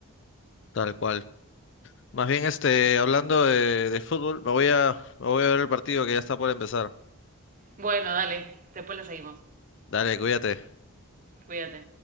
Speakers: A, on the left; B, on the right.
A: tal cual. Más bien, este, hablando de, de fútbol, me voy a, me voy a ver el partido que ya está por empezar.
B: Bueno, después lo seguimos.
A: Dale, cuídate.
B: Cuídate.